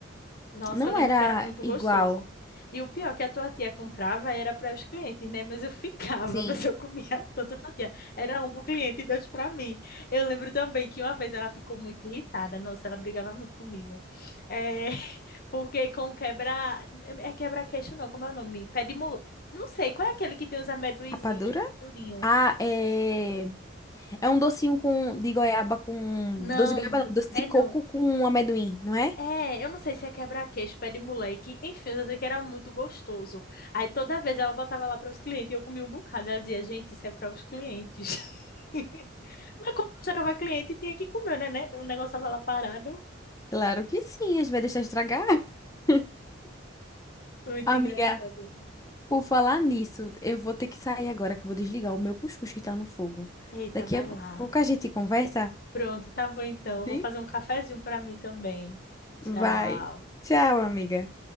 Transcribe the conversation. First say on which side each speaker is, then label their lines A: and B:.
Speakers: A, on the left (about 50°); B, on the left (about 15°).
A: Nossa,
B: Não
A: eu lembro
B: era
A: que era muito
B: igual.
A: gostoso. E o pior que a tua tia comprava era para os clientes, né? Mas eu ficava,
B: Sim.
A: <laughs> mas eu comia tanta fatia. Era um para o cliente e dois para mim. Eu lembro também que uma vez ela ficou muito irritada. Nossa, ela brigava muito comigo. É, <laughs> porque com quebra. É quebra-queixo, não, como é o nome? Pé de mole... Não sei, qual é aquele que tem os amendoinzinhos
B: Rapadura?
A: que é durinho?
B: Ah, é. É um docinho com... de goiaba com.
A: Não,
B: Doce de goiaba, não. Doce de
A: é
B: coco
A: não.
B: com amendoim, não é?
A: É, eu não sei se é quebra-queixo, pé de moleque, enfim, eu só sei que era muito gostoso. Aí toda vez ela botava lá para os clientes e eu comia um bocado. Ela dizia, gente, isso é para os clientes. <laughs> Mas quando chegava cliente, tinha que comer, né? né? O negócio tava lá parado.
B: Claro que sim, a gente vai deixar estragar. <laughs>
A: Muito
B: Amiga,
A: engraçado.
B: por falar nisso, eu vou ter que sair agora, que eu vou desligar o meu cuscuz que tá no fogo.
A: Eita,
B: Daqui
A: vai
B: a
A: lá.
B: pouco a gente conversa?
A: Pronto, tá bom então.
B: Bem,
A: Vou fazer um cafezinho para mim também. Tchau.
B: Vai. Tchau, amiga.